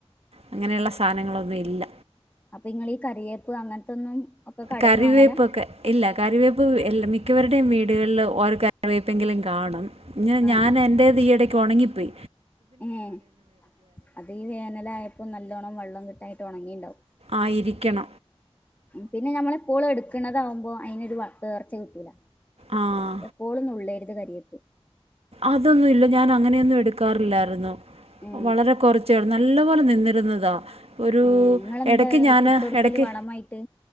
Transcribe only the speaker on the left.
അപ്പൊ ഇങ്ങളീ കറിവേപ്പ് അങ്ങനത്തൊന്നും കടയിൽന്ന്
വാങ്ങല
ആ
ഏഹ് അത് ഈ വേനലായപ്പോ നല്ലോണം വെള്ളം കിട്ടായിട്ട് ഒണങ്ങിണ്ടാവും
പിന്നെ നമ്മളെപ്പോളും എട്ക്ക്ണ്താവുമ്പോ അയിനൊരു പേർച്ച കിട്ടൂല
എപ്പോളും നുള്ളരുത് കരിയേപ്പ്
ഏ
ഏ നിങ്ങളെന്താ
അയിക്ക്
ഇട്ട് കൊടുക്കല്
വളമായിട്ട്